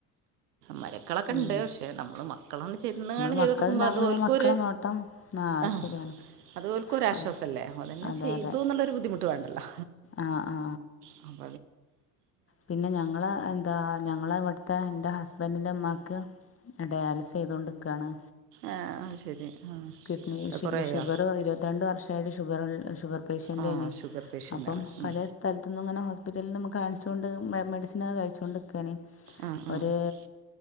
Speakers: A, on the right; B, on the left.
A: മരുമക്കൾ ഒക്കെ
B: ഉം.
A: ഉണ്ട് പക്ഷേ മക്കളും ചെന്ന്
B: നമ്മൾ
A: ചെയ്ത്
B: മക്കളുണ്ടാകുമ്പോൾ
A: കൊടുക്കുമ്പോ അത്
B: പിന്നെ
A: ഓൽക്കൊരു
B: മക്കളെ നോട്ടം അത്
A: ആ
B: ശരിയാണ്
A: അത് ഓൽക്കൊരു ആശ്വാസ
B: ആ
A: മല്ലേ അതന്നെ ഓല് തന്നെ
B: അതെ
A: ചെയ്തുഎന്നാരു
B: അതെ
A: ബുദ്ധിമുട്ട് വേണ്ടല്ലോ
B: ആ ആ
A: വേണ്ടല്ലോ
B: പിന്നെ ഞങ്ങള് എന്താ ഞങ്ങള ഇവിടുത്തെ എന്റെ ഹസ്ബന്റിന്റെ ഇമ്മാക്ക് ഡയാലീസ് ചെയ്തോണ്ടിക്കാണ്
A: ആ ആ ശരി ആഹ്
B: കിഡ്നി
A: അത് കുറേയായോ
B: ഷുഗർ ഇരുപത്തിരണ്ട് വർഷായിട്ട് ഷുഗർ പേഷ്യന്റേആണ്
A: ആഹ് ഷുഗർ പേഷ്യൻ്റാണ്
B: അപ്പോൾ
A: ഉം
B: പല സ്ഥലത്തുന്നും ഇങ്ങനെ ഹോസ്പിറ്റൽന്ന് കാണിച്ചുകൊണ്ട് മെഡിസിനൊക്കെ കഴിച്ചോണ്ടിക്കാണ്
A: ആഹ്
B: ഒരു
A: ആഹ്